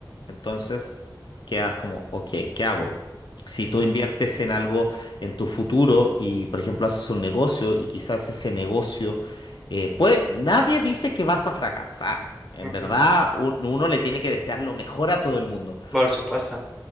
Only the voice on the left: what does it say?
Entonces, quedas como, ok, ¿qué hago? Si
tú inviertes en algo en tu futuro y, por ejemplo, haces un negocio y quizás ese negocio, eh, puede, nadie dice que vas a fracasar. En
verdad, un- uno le tiene que desear lo mejor a todo el mundo.